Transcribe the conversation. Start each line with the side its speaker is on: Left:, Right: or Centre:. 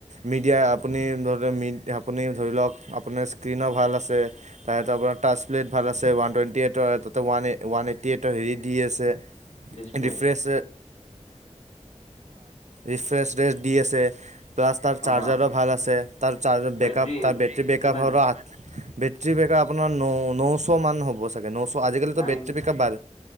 Right: মিডিয়াই। আপুনি ধৰি লওক মি আপুনি ধৰি লওক। আপোনাৰ স্ক্ৰীণনৰ ভাল আছে তাৰত আপোনাৰ টাচ প্লে ভাল আছে ওৱান টুৱেণ্টি এইটৰ তাতে ওৱান এই ওৱান এইটি এইটৰ হেৰি দি আছে।
Left: Display
Right: refresh. ৰিফ্ৰেছ ্ৰেছ দি আছে। <unintelligible> প্লাছ তাৰ
Left: অঁ
Right: চাৰ্জাৰো ভাল আছে তাৰ চাৰ্জাৰ
Left: বেটৰী
Right: বেকআপ তাৰ বেটে বক।
Left: কিমান
Right: কভৰাত। <unintelligible> বেটেী বকপ আপোনাৰ ন নশ মান হ'ব চাগে ন। আজিকালিটো
Left: নাইন
Right: বেটাৰী পিকআপ বঢ